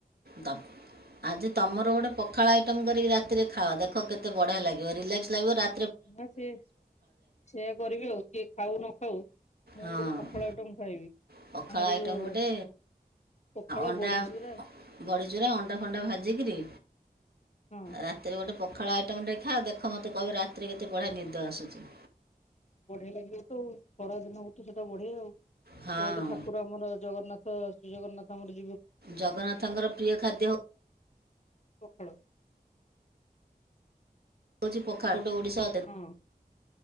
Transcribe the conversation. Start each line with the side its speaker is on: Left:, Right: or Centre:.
Right: ତମ ଆଜି ତମର ଗୋଟେ ପଖାଳ ଆଇଟମ କରିକି ରାତିରେ ଖାଅ ଦେଖ କେତେ ବଢିଆ ଲାଗିବ ରିଲାକ୍ସ ଲାଗିବ ରା
Left: ନା ସେ ସେଆ କରିବି ଆଉ କିଏ ଖାଉନ ହଉ ମୁଁ
Right: ହଁ
Left: ଗୋଟେ ପଖାଳ ଆଇଟମ ଖାଇବି
Right: ପଖାଳ
Left: ଆମର
Right: ଆଇଟମ୍
Left: ଯୋଉ
Right: ଗୋଟେ
Left: ପଖାଳ
Right: ଅଣ୍ଡା
Left: ବଢି ଚୁରା
Right: ବଡ଼ିଚୁରା ଅଣ୍ଡା ଫଣ୍ଡା ଭାଜିକିରି
Left: ହଁ
Right: ରାତିରେ ଗୋଟେ ପଖାଳ ଆଇଟମଟେ ଖାଅ ଦେଖ ମୋତେ କହିବ ରାତିରେ କେତେ ବଢିଆ ନିଦ ଆସୁଛି।
Left: ବଢିଆ ଲାଗିବ ତ ଆଉ ଖରା ଦିନ ଗୋଟେ ସେ ତ ବଢଆ ଆଉ।
Right: ହଁ
Left: ଏବେ ତ ଠାକୁର ଆମର ଜଗନ୍ନାଥ ତ ଶ୍ରୀ ଜଗନ୍ନାଥଙ୍କ ଆମରି
Right: ଜଗନ୍ନାଥଙ୍କର ପ୍ରିୟ ଖାଦ୍ୟ ହଉ
Left: ପଖାଳ
Right: ହଉଛି ପଖାଳ ହେଲେ ଓଡ଼ିଶା ଅଧେ
Left: ହଁ